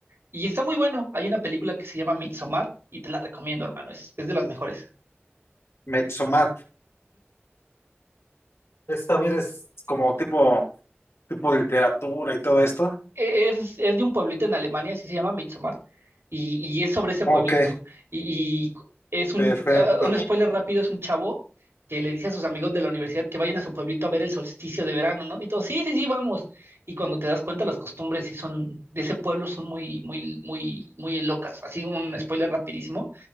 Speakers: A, on the right; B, on the left.
A: y está muy bueno. Hay una película que se llama Midsommar y te la recomiendo, hermano, es, es de las mejores.
B: Metsumat. Es también es como tipo, tipo de literatura y todo esto.
A: e-, Es, es de un pueblito en Alemania, así se llama Midsommar, y, y es sobre ese
B: Ok,
A: pueblito. Y, y es
B: perfecto.
A: un, ah, un spoiler rápido, es un chavo que le dice a sus amigos de la universidad que vayan a su pueblito a ver el solsticio de verano, ¿no? Y todos, sí, sí, sí, vamos. Y cuando te das cuenta, las costumbres sí son, de ese pueblo son muy, muy, muy, muy locas. Así un spoiler rapidísimo